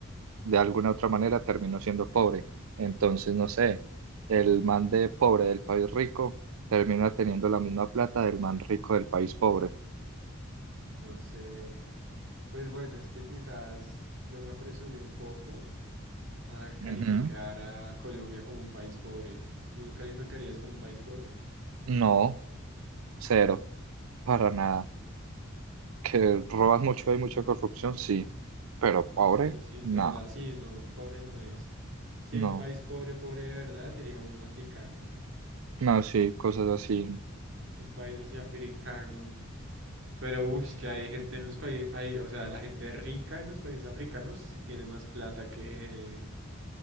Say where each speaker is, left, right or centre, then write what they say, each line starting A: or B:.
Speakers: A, on the right; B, on the right.
A: de alguna u otra manera termino siendo pobre. Entonces, no sé, el man de pobre del país rico termina teniendo la misma plata del man rico del país pobre.
B: no sé. Pues bueno, es que quizás yo me apresuré un poco a calificar
A: Ujú.
B: a Colombia como un país pobre. ¿Tú lo calificarías como un país pobre?
A: No, cero, para nada. Que roban mucho, hay mucha corrupción, sí, pero pobre,
B: Bueno, sí, es
A: no,
B: verdad. Sí, no, pobre no es. Sí,
A: no,
B: un país pobre, pobre de verdad sería un africano.
A: no, sí, cosas así.
B: Un país así africano. Pero, uy, que hay gente en los países, hay, o sea, la gente rica en los países africanos sí tiene más plata que,